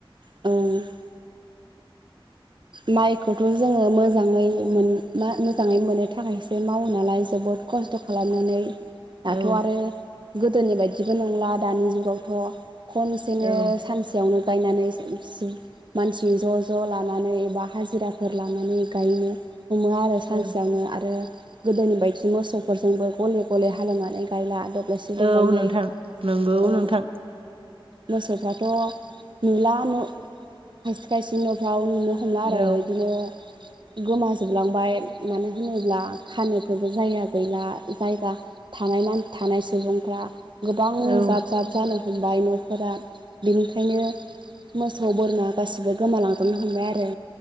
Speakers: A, on the right; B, on the right.
A: औ माइखौथ' जोङो मोजाङै मोन मा मोजाङै मोननो थाखायसो मावो नालाय जोबोद खस्थ' खालामनानै दाथ'
B: औ
A: आरो गोदोनि बायदिबो नंला दानि जुगावथ' खनसेनो
B: औ
A: सानसेयावनो गायनानै मानसि ज' ज' लानानै नानै एबा हाजिराफोर लानानै गायनो हमो आरो सानसेयावनो
B: औ
A: आरो गोदोनि बायदि मोसौफोरजोंबो गले गले हाल एवनानै गायला दब्लायसे
B: औ
A: दब्लायनै
B: नोंथां
A: औ
B: नंगौ नोंथां
A: मोसौफ्राथ' नुला न' खायसे खायसे न'फ्राव होनला आरो
B: औ
A: बिदिनो गोमाजोबलांबाय मानो होनोब्ला खानोफोरबो जायगा गैला जायगा थानाय ना थानाय सुबुंफ्रा गोबां
B: औ
A: जाब जाब जानो हमबाय न'फोरा बेनिखायनो मोसौ बोरमा गासिबो गोमालांद्रनो हमबाय आरो